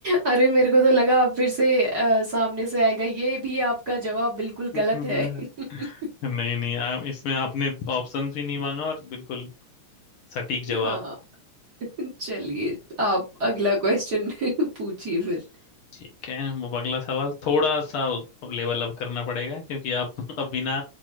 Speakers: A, on the right; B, on the left.
A: अरे मेरे को तो लगा आप फिर से अ, सामने से आएगा ये भी आपका जवाब बिल्कुल
B: <laughs>
A: गलत
B: नहीं
A: है <laughs>
B: नहीं आ, इसमें आपने ऑप्शन भी नहीं मांगा और बिल्कुल सटीक जवाब
A: हाँ चलिए आप अगला क्वेश्चन <laughs> पूछिए फिर
B: ठीक है अब अगला सवाल थोड़ा सा उस- अब लेवल अप करना पड़ेगा क्योंकि आप <laughs> अब बिना